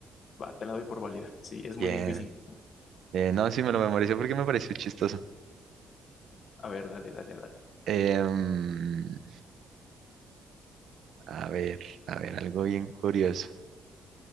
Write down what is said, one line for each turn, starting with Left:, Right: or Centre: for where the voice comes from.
Left: va, te la doy por válida. Sí, es
Right: Bien.
Left: muy difícil.
Right: Eh, no, sí, me lo memoricé porque me pareció chistoso.
Left: A ver, dale, dale, dale.
Right: Em, a ver, a ver, algo bien curioso.